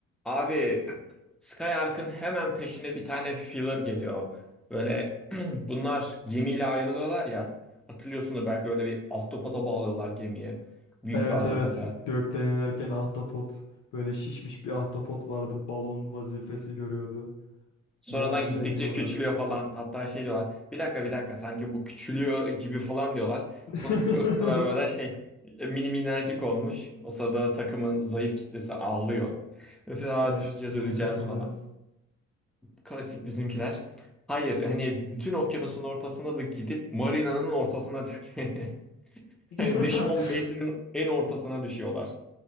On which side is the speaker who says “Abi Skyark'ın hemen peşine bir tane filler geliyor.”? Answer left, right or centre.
Centre